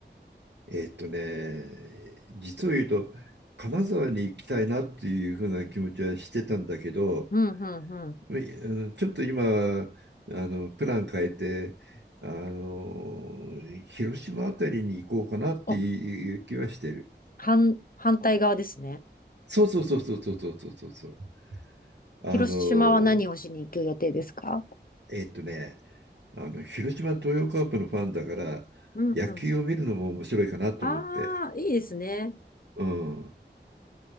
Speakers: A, on the right; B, on the left.
A: えっとね、実を言うと、金沢に行きたいなっていうふうな気持ちはしてたんだけど、
B: うんうんうん。
A: うんちょっと今、あのプラン変えて、あの広島あたりに行こうかなっていう気はしてる。
B: あ、反、反対側ですね。
A: そうそうそうそうそうそうそうそう。あの
B: 広島は何をしに行く予定ですか
A: えっとね、あの広島東洋カープのファンだから、
B: うんうん。
A: 野球を見るのも面白いかなと思って。
B: ああ、いいですね。
A: うん。